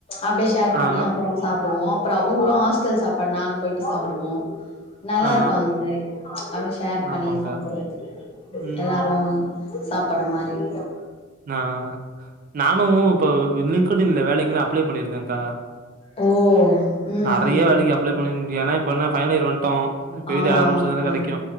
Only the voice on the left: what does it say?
அப்டியே ஷேர்
பண்ணி அப்பறோ சாப்புடுவோ அப்றோ அவங்களு ஹாஸ்டல் சாப்பாடு நாங்க போயிட்டு சாப்டுவோ நல்லாருக்கு
அந்த மாரி அவ்ளோ ஷேர் பண்ணி
சாப்பட்றது
எல்லாரு சாப்பட்ற மாரி இருக்கு
ஓ ம்
ம்
ம்
ஆமா
ஆமாப்பா